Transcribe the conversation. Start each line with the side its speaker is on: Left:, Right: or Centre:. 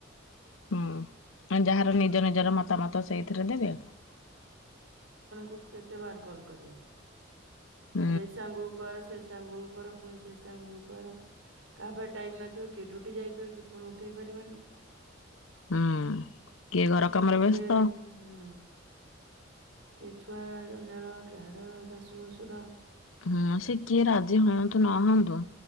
Left: ହୁଁ ଯାହାର ନିଜ ନିଜର ମତାମତ ସେଇଥିରେ ଦେବେ।
Right: କୁ କେତେ ବାର କଲ୍ କରିବ।
Left: ହଁ
Right: ରେ ସାଙ୍ଗ କର, ସେ ସାଙ୍ଗ କର, ପୁଣି ସେ ସାଙ୍ଗ କର କାହାପାଖେ ଟାଇମ ନଥିବ କେ ଡ୍ୟୁ ଉଟି ଯାଇଥିବ କି ଫୋନ ଉଠେଇ ପାରିବନି।
Left: ହୁଁ କିଏ ଘର କାମରେ
Right: କିଏ
Left: ବ୍ୟସ୍ତ
Right: ହୁଁ। କି ଛୁଆ ଜଞ୍ଜାଳ, କାହାର ଶାଶୁ, ଶ୍ୱଶୁର
Left: ହୁଁ ସେ କିଏ ରାଜି ହୁଅନ୍ତୁ ନ ହୁଅନ୍ତୁ